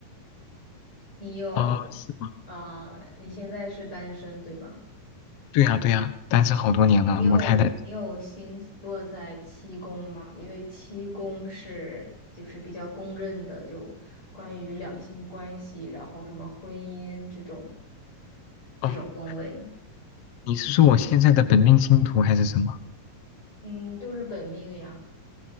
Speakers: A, on the left; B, on the left.
A: 你有
B: 哦，是吗？
A: 啊，你现在是单身对吧？
B: 对呀对呀，单身好多年了，
A: 你有你有星落在七宫吗？
B: 母胎单
A: 因为七宫是就是比较公认的，就关于两性关系，然后什么婚姻这种这种宫位，
B: 身。哦，你是说我现在的本命星图还是什么？
A: 嗯，就是本命呀。